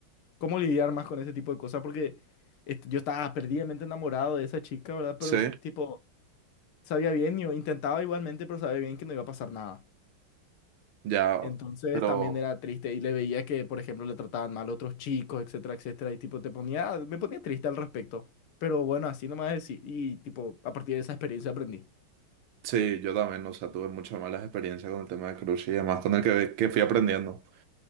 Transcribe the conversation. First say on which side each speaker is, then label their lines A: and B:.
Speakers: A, on the left; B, on the right.
A: cómo lidiar más con ese tipo de cosas, porque este, yo estaba perdidamente enamorado de esa chica, ¿verdad? Pero
B: Sí,
A: tipo, sabía bien, yo intentaba igualmente, pero sabía bien que no iba a pasar nada.
B: ya,
A: Entonces
B: pero
A: también era triste y le veía que, por ejemplo, le trataban mal a otros chicos, etcétera, etcétera. Y tipo, te ponía, me ponía triste al respecto. Pero bueno, así nomás decir. Y tipo, a partir de esa experiencia aprendí.
B: sí, yo también, o sea, tuve muchas malas experiencias con el tema de crush y demás, con el que, que fui aprendiendo.